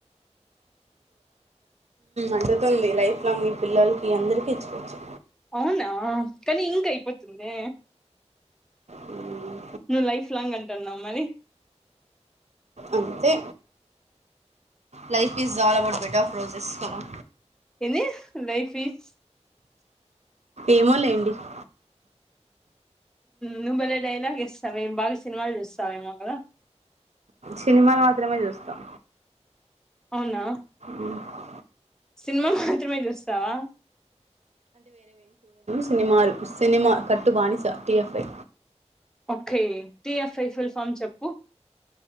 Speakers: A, on the right; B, in the centre.
A: అంటుతుంది లైఫ్ లాంగ్ ఈ పిల్లలకి అందరికి ఇచ్చకోవచ్చు
B: అవునా కానీ ఇంక్ అయిపోతుంది
A: ఉ
B: నువ్వు లైఫ్ లాంగ్ అంటున్నావు మరి
A: అంతే life is all about better prizes మష
B: ఏంది లైఫ్ ఈజ్
A: ఏమో లేండి <inaudible>
B: నువ్వు భలే డైలాగ్ వేస్తావే బాగా సినిమాలు చూస్తావేమో కదా
A: సినిమాలు మాత్రమే చూస్తాం
B: అవునా
A: ఉమ్.
B: సినిమా మాత్రమే చూస్తావా
A: సినిమాలుకు సినిమా కట్టు బానిస T F I
B: okay T F I ఫిల్ ఫామ్ చెప్పు